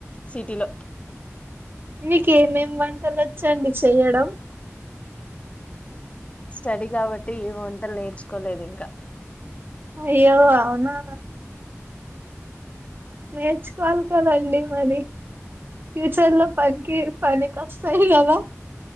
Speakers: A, on the left; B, on the right.
A: సిటీలో
B: మీకేమేమ్ వంటలు ఒచ్చండి చెయ్యడం
A: స్టడీ కాబట్టి ఏ వంటలు నేర్చుకోలేదు ఇంకా
B: అయ్యో అవునా నేర్చుకోవాలి కదండి మరి ఫ్యూచర్ లో పనికి పనికొస్తాయ్ కదా